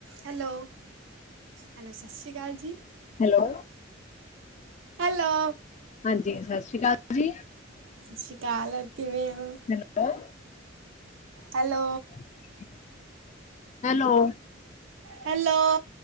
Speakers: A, on the right; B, on the left.
A: Hello, hello ਸ਼੍ਰੀ ਕਾਲ ਜੀ।
B: ਹੈਲੋ
A: ਹੈਲੋ
B: ਹਾਂਜੀ ਸਤਿ ਸ੍ਰੀ ਅਕਾਲ ਜੀ।
A: ਸ਼੍ਰੀ ਕਾਲ ਹੋਰ ਕਿਵੇਂ ਓ,
B: ਹੈਲੋ
A: ਹੈਲੋ
B: <inaudible> ਹੈਲੋ
A: ਹੈਲੋ